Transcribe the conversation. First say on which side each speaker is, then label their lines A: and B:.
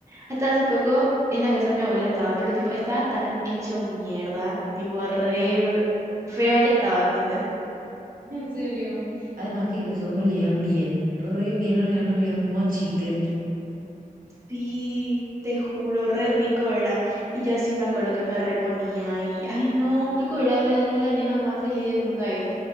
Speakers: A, on the right (about 20°); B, on the right (about 75°).
A: hasta hace poco en la casa de mi abuela estaba, pero tipo estaba tan hecho mierda, tipo re feo ya estaba, ¿entendés?
B: En serio. Además que esos olían bien. Re bien olían, olían como a chicle.
A: Sí. Te juro, re rico era. Y yo así me acuerdo que me reponía y, ay no, yo creo que era la, la nena más feliz del mundo ahí.